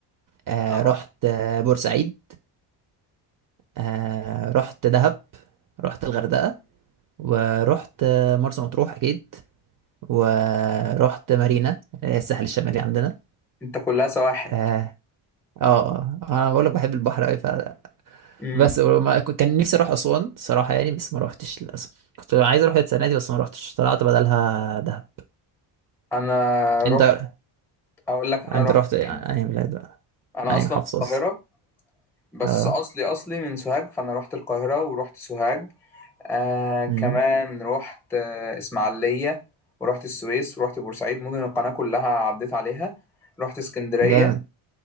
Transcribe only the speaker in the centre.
اهو
انت كلها سواحل
امم
انا
رحت اقول لك انا
رحت
فين
انا
اصلا
من القاهره بس
اصلي اصلي من سوهاج فانا رحت القاهره ورحت سوهاج آه كمان
رحت آه اسماعيليه ورحت السويس ورحت بورسعيد مدن القناه كلها عديت عليها رحت اسكندريه